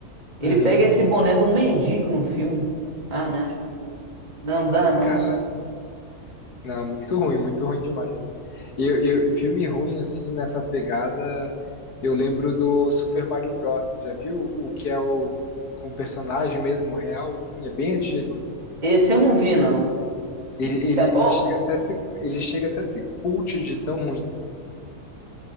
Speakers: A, on the right (about 25°); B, on the left (about 75°).
A: Ele
B: Uhum.
A: pega esse boné de um mendigo no filme. Ah, minha... não dá, não.
B: Cara, Não, muito ruim, muito ruim demais. Eu, eu, e filme ruim, assim, nessa pegada, eu lembro do Super Mario Bros. Já viu o que é o com o personagem mesmo real, assim, é bem antigo.
A: Esse eu não vi, não.
B: Ele,
A: Esse
B: ele,
A: é bom?
B: ele chega até a ser, ele chega até a ser cult de tão ruim.